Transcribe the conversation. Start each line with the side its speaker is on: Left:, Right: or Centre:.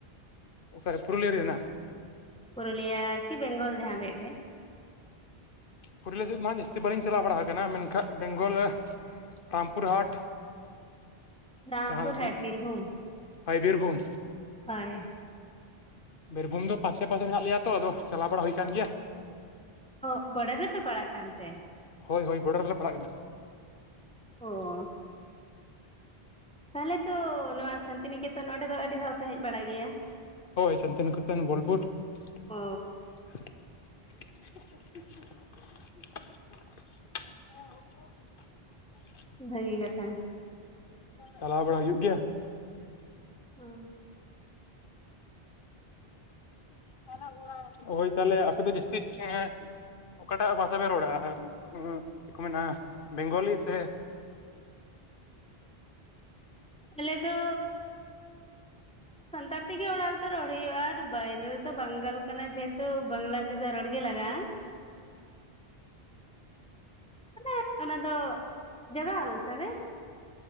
Left: ᱚᱠᱟᱨᱮ ᱯᱩᱨᱩᱞᱤᱭᱟᱹ ᱨᱮᱱᱟᱜ?
Centre: ᱯᱩᱨᱩᱞᱤᱭᱟ ᱠᱤ ᱵᱮᱝᱜᱚᱞ ᱡᱟᱦᱟᱸ ᱨᱮᱭᱟᱜ ᱜᱮ᱾
Left: ᱯᱩᱨᱩᱞᱤᱭᱟ ᱥᱮᱫ ᱢᱟᱰᱟᱝ ᱡᱟᱹᱥᱛᱤ ᱵᱟᱹᱞᱤᱧ ᱪᱟᱞᱟᱣ ᱵᱟᱲᱟ ᱟᱠᱟᱱᱟ ᱢᱮᱱᱠᱷᱟᱱ ᱵᱮᱝᱜᱚᱞ ᱨᱮ ᱨᱟᱢᱯᱩᱨ ᱦᱟᱴ
Centre: ᱨᱟᱢᱯᱩᱨ
Left: ᱡᱟᱦᱟᱞᱠᱚᱡ
Centre: ᱦᱟᱴ ᱵᱤᱨᱵᱷᱩᱢ
Left: ᱦᱚᱭ ᱵᱤᱨᱵᱷᱩᱢ
Centre: ᱦᱳᱭ᱾
Left: ᱵᱤᱨᱵᱷᱩᱢ ᱫᱚ ᱯᱟᱥᱮ ᱯᱟᱥᱮ ᱨᱮ ᱦᱮᱱᱟᱜ ᱞᱮᱭᱟ ᱛᱚ ᱟᱫᱚ ᱪᱟᱞᱟᱣ ᱵᱟᱲᱟ ᱦᱩᱭ ᱟᱠᱟᱱ ᱜᱮᱭᱟ᱾
Centre: ᱚᱜ ᱵᱚᱰᱟᱨ ᱨᱮᱯᱮ ᱯᱟᱲᱟᱜ ᱠᱟᱱ ᱛᱮ?
Left: ᱦᱳᱭ ᱦᱳᱭ ᱵᱚᱰᱟᱨ ᱨᱮᱞᱮ ᱯᱟᱲᱟᱜ ᱠᱟᱱᱟ᱾
Centre: ᱚᱻ ᱛᱟᱦᱚᱞᱮ ᱛᱚ ᱱᱚᱣᱟ ᱥᱟᱱᱛᱤᱱᱤᱠᱮᱛᱚᱱ ᱚᱸᱰᱮ ᱫᱚ ᱟᱹᱰᱤ ᱫᱷᱟᱣ ᱯᱮ ᱦᱮᱡ ᱵᱟᱲᱟᱜ ᱜᱮᱭᱟ᱾
Left: ᱦᱳᱭ ᱥᱟᱱᱛᱤᱱᱤᱠᱮᱛᱚᱱ ᱵᱳᱞᱯᱩᱨ <unintelligible> <unintelligible>
Centre: ᱚ ᱵᱷᱟᱹᱜᱤ ᱠᱟᱛᱷᱟ᱾
Left: ᱪᱟᱞᱟᱣ ᱵᱟᱲᱟ ᱦᱩᱭᱩᱜ ᱜᱮᱭᱟ᱾
Centre: ᱦᱚᱸ
Left: <unintelligible> ᱦᱳᱭ ᱛᱟᱦᱚᱞᱮ ᱟᱯᱮ ᱫᱚ ᱡᱟᱹᱥᱛᱤ ᱪᱮᱸᱜ ᱚᱠᱟᱴᱟᱜ ᱵᱷᱟᱥᱟ ᱯᱮ ᱨᱚᱲᱟ ᱮᱺ ᱪᱮᱫ ᱠᱚ ᱢᱮᱱᱟ ᱵᱮᱝᱜᱚᱞᱤ ᱥᱮ?
Centre: ᱟᱞᱮ ᱫᱚ ᱥᱟᱱᱛᱟᱲ ᱛᱮᱜᱮ ᱚᱲᱟᱜ ᱨᱮᱫᱚ ᱨᱚᱲ ᱦᱩᱭᱩᱜᱼᱟ ᱟᱨ ᱵᱟᱭᱨᱮ ᱨᱮᱫᱚ ᱵᱟᱝᱜᱟᱞ ᱠᱟᱱᱟ ᱡᱮᱦᱮᱛᱩ ᱵᱟᱝᱞᱟ ᱛᱮᱫᱚ ᱨᱚᱲ ᱜᱮ ᱞᱟᱜᱟᱜᱼᱟ᱾ ᱦᱮᱸ ᱚᱱᱟ ᱫᱚ ᱡᱟᱜᱟ ᱚᱱᱩᱥᱟᱨᱮ᱾